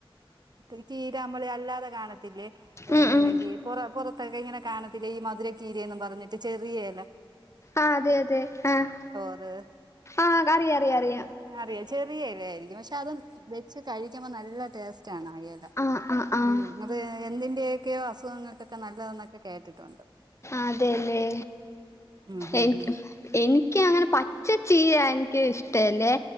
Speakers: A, on the right; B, on the left.
A: ഈ കീരാ നമ്മളി അല്ലാതെ കാണത്തില്ലേ ഏഹ്
B: ഉം
A: ഇങ്ങനെ
B: ഉം
A: ഈ പുറ പുറ തൊക്കെ ഇങ്ങനെ കാണത്തില്ലേ ഈ മധുരക്കീരയെന്നും പറഞ്ഞിട്ട് ചെറിയയില
B: ആഹ് അതെ അതെ ആഹ്
A: അത്
B: ആഹ് അറിയറിയറിയ
A: അറിയാം ചെറിയ ഇല ആയിരിക്കും പക്ഷെ അത് വെച്ച് കഴിക്കുമ്പോ ന ല്ല ടേസ് സ്റ്റണ് ആ ഇല
B: ആഹ് ആഹ് ആഹ്
A: ഉം അത് എന്തിന്റെയൊക്കെയോ അസു സുഖങ്ങൾക്കൊക്കെ നല്ലതന്നൊക്കെ കേട്ടിട്ടുണ്ട്
B: അതെല്ലേ
A: ഉം ഉം
B: എനിക്ക്
A: ഉം
B: എനിക്ക് അങ്ങനെ പച്ച ചീര എനിക്ക് ഇഷ്ടല്ലേ